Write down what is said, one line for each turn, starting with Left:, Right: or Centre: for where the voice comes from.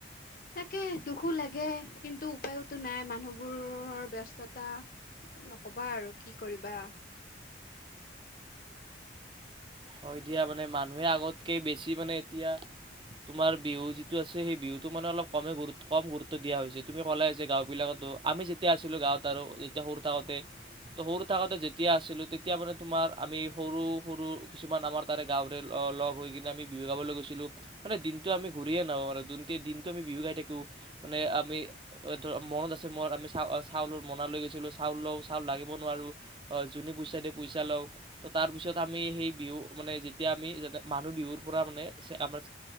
Left: তাকে দুখো লাগে, কিন্তু উপায়োতো নাই মানুহবোৰৰ ব্যস্ততা। এ নকবা আৰু, কি কৰিবা?
Right: হয় দিয়া। মানে মানুহে আগতকে বেছি মানে এতিয়া তোমাৰ বিহু যিটো আছে। সেই বিহুটো মানে অলপ কমে গুৰুত কম গুৰুত্ব দিয়া হৈছে। তুমি ক'লাই যে গাঁও বিলাকতো আমি যেতিয়া আছিলো গাঁৱত আৰু যেতিয়া সৰু থাকোতে। ত' সৰু থাকোতে যেতিয়া আছিলো, তেতিয়া মানে তোমাৰ আমি সৰু সৰু কিছুমান আমাৰ তাৰে গাঁৱৰে ল লগ হৈ কিনে আমি বিহু গাবলৈ গৈছিলোঁ। মানে দিনটো আমি ঘূৰিয়ে নাহো আৰু দুনটি দিনটো আমি বিহু গাই থাকো। মানে আমি <unintelligible> মনত আছে মোৰ। আমি চা চাউলৰ মোনালৈ গৈছিলো। চাউল লও, চাউল ডাঙিব নোৱাৰো। অ, যোনে পইচা দিয়ে পইচা লওঁ। ত' তাৰপিছত আমি সেই বিহু মানে যেতিয়া আমি যাতে মানুহ বিহুৰ পৰা মানে আমাৰ